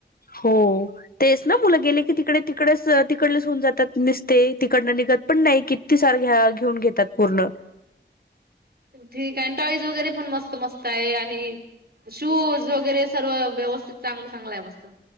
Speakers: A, on the left; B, on the right.
A: हो तेच ना मुलं गेले की तिकडे तिकडेच तिकडच होऊन जातात निसते तिकडन पण नाही किती सार घेऊन घेतात पूर्ण
B: ठीक आहे टॉईज वगैरे पण मस्त मस्त आहे आणि शूज वगैरे सर्व व्यवस्थित चांगलं चांगलं आहे मस्त